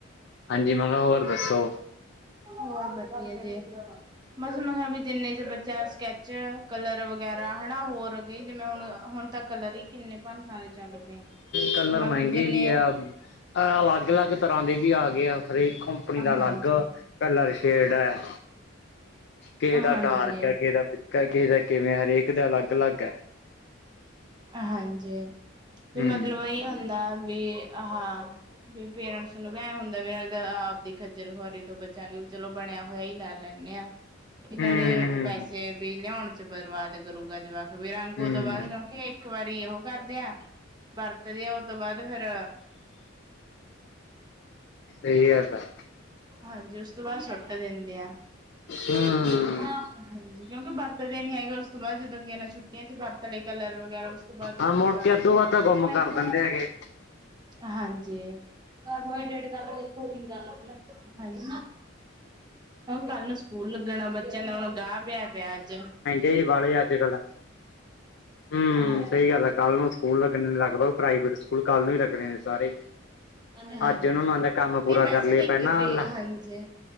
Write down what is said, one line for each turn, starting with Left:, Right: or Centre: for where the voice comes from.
Left: ਹਾਂਜੀ ਮੈਂ ਕਿਹਾ ਹੋਰ ਦੱਸੋ?
Right: ਹੋਰ ਵਧੀਆ ਜੇ ਬਸ ਹੁਣ ਵੀ ਜਿੰਨੇ ਚ ਬੱਚਾ। ਸਕੈਚ ਕਲਰ ਵਗੈਰਾ ਹੈਨਾ ਹੋਰ ਗਈ ਜਿਵੇਂ ਹੁਣ ਹੁਣ ਤਾਂ ਕਲਰ ਹੀ। ਕਿੰਨੇ ਭੰਨਤਾਂ ਦੇ ਚੱਲ ਪਏ।
Left: ਕਲਰ
Right: ਮਤਲਬ
Left: ਮਹਿੰਗੇ
Right: ਜਿੰਨੇ
Left: ਵੀ ਆ ਅਲੱਗ ਅਲੱਗ ਤਰ੍ਹਾਂ ਦੇ ਵੀ ਆ ਗਏ ਆ ਹਰੇਕ। ਣੀ ਦਾ
Right: ਹਾਂਜੀ
Left: ਅਲੱਗ ਕਲਰ ਸ਼ੇਡ ਹੈ ਕਿਸੇ
Right: ਹਾਂਜੀ
Left: ਦਾ ਡਾਰਕ ਹੈ ਕਿਸੇ ਦਾ। ਕਰਕੇ ਦਾ ਕਿਵੇਂ ਹਰੇਕ ਦਾ ਅਲੱਗ ਅਲੱਗ ਹੈ।
Right: ਹਾਂਜੀ, ਵੀ
Left: ਹੂੰ,
Right: ਮਤਲਬ ਇਹੀ ਹੁੰਦਾ ਵੀ। ਹਾਂ ਵੀ ਪੇਰੈਂਟਸ ਨੂੰ ਵੀ ਇਹੀ ਹੁੰਦਾ ਵੀ ਆਪ ਦੀ ਖੱਜਲ ਖੁਆਰੀ ਤੋਂ ਬਚਾਂਗੇ ਵੀ ਚਲੋ। ਬਣਿਆ ਹੋਇਆ ਹੀ ਲੈ ਲੈਂਦੇ ਹਾਂ। ਕਿ ਨਾਲੇ
Left: ਹੂੰ,
Right: ਪੈਸੇ ਵੀ ਲਿਆਉਣ ਚ ਬਰਬਾਦ ਕਰੂਗਾ ਜਵਾਕ ਵੀ ਰੰਗ
Left: ਹੂੰ,
Right: ਉਹ
Left: ਹੂੰ
Right: ਤੋਂ ਬਾਅਦ ਕਿਉਂਕਿ। ਇੱਕ ਵਾਰੀ ਓਹੋ ਕਰਦੇਆਂ ਵਰਤਦੇ ਆ ਉਹ ਤੋਂ ਬਾਅਦ ਫੇਰ।
Left: ਸਹੀ ਗੱਲ ਆ।
Right: ਹਾਂਜੀ ਉਸ ਤੋਂ ਬਾਅਦ ਸੁਟ ਦਿੰਦੇ ਆ।
Left: ਹੂੰ
Right: ਹਾਂਜੀ, ਕਿਉਂਕਿ ਵਰਤਦੇ ਨੀ ਹੈਗਾ ਉਸ ਤੋਂ ਬਾਅਦ ਜਦੋਂ ਅੱ ਨਾਲ ਛੁੱਟੀ। ਛੁੱਟੀਆਂ ਵਿੱਚ ਵਰਤ ਲਏ ਕਲਰ ਵਗੈਰਾ ਉਸ ਤੋਂ ਬਾਅਦ
Left: ਹਾਂ
Right: ਬੱਚੇ
Left: ਮੁੜ
Right: ਵਰਤਦੇ
Left: ਕੇ ਅੱਧੋ ਵੱਧ
Right: ਨਹੀਂ
Left: ਤਾਂ ਗੁੰਮ
Right: ਹੈਗੇ
Left: ਕਰ ਦਿੰਦੇ ਹੈਗੇ
Right: ਹਾਂਜੀ ਕਾਰਬੋਹਾਈਡੇਟ ਕਰਲ ਦੀ <inaudible> ਨਾਲ ਰੱਖ ਲੈ। ਹਾਂਜੀ, ਕੱਲ ਨੂੰ ਸਕੂਲ ਲੱਗਣਾ ਬੱਚਿਆਂ ਦਾ ਹੁਣ ਗਾਹ ਪਿਆ ਪਿਆ ਅੱਜ।
Left: ਇਹ ਬਾਲ ਆ ਅੱਜ ਕੱਲ੍ਹ। ਹਮ
Right: ਹਾਂਜੀ।
Left: ਸਹੀ ਗੱਲ ਹੈ ਕੱਲ ਨੂੰ ਸਕੂਲ ਲੱਗਣੇ ਨੇ ਲਗਭਗ ਪ੍ਰਾਈਵੇਟ ਸਕੂਲ ਕੱਲ ਨੂੰ ਹੀ ਲੱਗਣੇ ਨੇ ਸਾਰੇ।
Right: ਹਾਂਜੀ,
Left: ਅੱਜ ਉਹਨਾਂ ਨੂੰ ਆਦੇ ਕੰਮ ਪੂਰਾ
Right: ਨਹੀਂ ਵੈਸੇ
Left: ਕਰ ਲਈ
Right: ਤਾਂ
Left: ਪਹਿਲਾਂ
Right: ਇੱਕ ਤਰੀ
Left: ਆ ਵਾਲਾ
Right: ਹਾਂਜੀ।